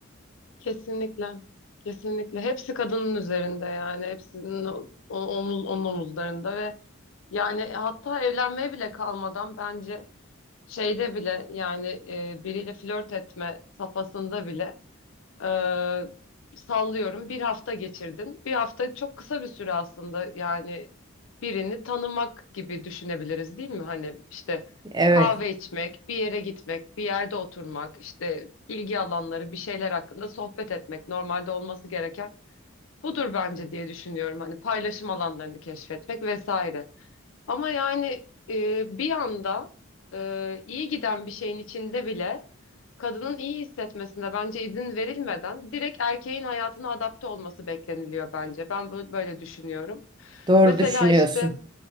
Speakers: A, on the left (about 70°); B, on the right (about 20°).
A: Kesinlikle. Kesinlikle. Hepsi kadının üzerinde yani. Hepsinin o- o- omuz, onun omuzlarında ve yani hatta evlenmeye bile kalmadan bence şeyde bile yani e, biriyle flört etme safhasında bile ee, sallıyorum bir hafta geçirdin. Bir hafta çok kısa bir süre aslında yani birini tanımak gibi düşünebiliriz değil mi? Hani işte
B: Evet,
A: kahve içmek, bir yere gitmek, bir yerde oturmak, işte ilgi alanları bir şeyler hakkında sohbet etmek normalde olması gereken budur bence diye düşünüyorum. Hani paylaşım alanlarını keşfetmek vesaire. Ama yani e, bir anda e, iyi giden bir şeyin içinde bile kadının iyi hissetmesine bence izin verilmeden direkt erkeğin hayatına adapte olması bekleniliyor bence. Ben bu- böyle düşünüyorum.
B: doğru
A: Mesela
B: düşünüyorsun.
A: işte